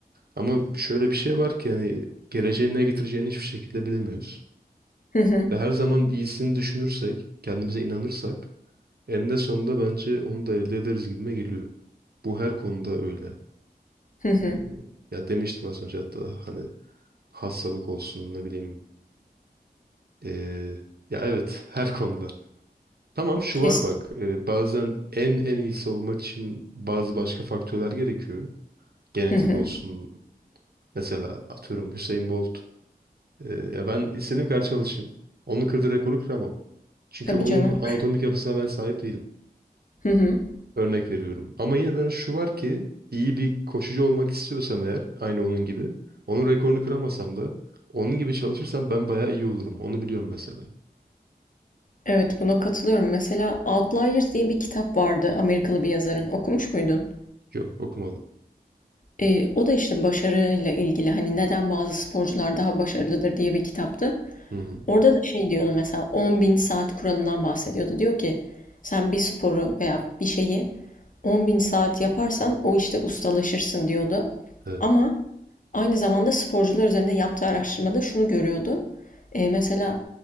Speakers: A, on the right; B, on the left.
A: Ama şöyle bir şey var ki hani geleceğin ne getireceğini hiçbir şekilde bilemiyoruz.
B: Hı hı,
A: Ve her zaman iyisini düşünürsek, kendimize inanırsak eninde sonunda bence onu da elde ederiz gibime geliyor. Bu her konuda öyle.
B: hı hı,
A: Ee, Ya demiştim az önce hatta hani hastalık olsun ne bileyim Ee, ya evet <laughs> her konuda. Tamam şu
B: kesin.
A: var bak e, bazen en en iyisi olmak için bazı başka faktörler gerekiyor. Genetik
B: Hı hı,
A: olsun mesela atıyorum Hüseyin Bolt. Ee, ya ben istediğim kadar çalışayım. Onun kırdığı rekoru kıramam. Çünkü
B: tabii
A: onun
B: canım.
A: anatomik yapısına ben sahip değilim.
B: Hı hı.
A: Örnek veriyorum. Ama yine de hani şu var ki iyi bir koşucu olmak istiyorsam eğer aynı onun gibi. Onun rekorunu kıramasam da onun gibi çalışırsam ben bayağı iyi olurum. Onu biliyorum mesela.
B: Evet, buna katılıyorum. Mesela Outliers diye bir kitap vardı Amerikalı bir yazarın. Okumuş muydun?
A: Yok okumadım.
B: Ee, o da işte başarıyla ilgili hani neden bazı sporcular daha başarılıdır diye bir kitaptı.
A: Hı hı.
B: Orada da şey diyordu mesela 10.000 saat kuralından bahsediyordu. Diyor ki sen bir sporu veya bir şeyi 10.000 saat yaparsan o işte ustalaşırsın diyordu.
A: Evet.
B: Ama aynı zamanda sporcular üzerinde yaptığı araştırmada şunu görüyordu. E, mesela